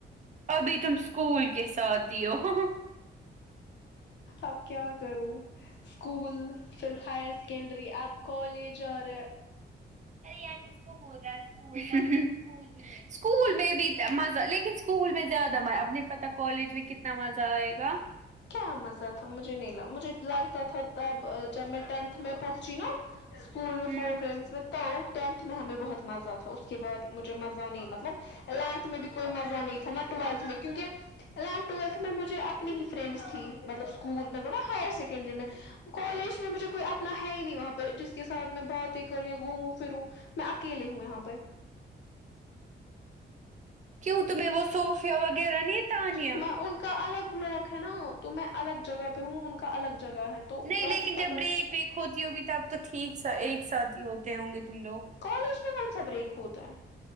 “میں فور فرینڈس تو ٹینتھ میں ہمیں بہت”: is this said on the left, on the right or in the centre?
Left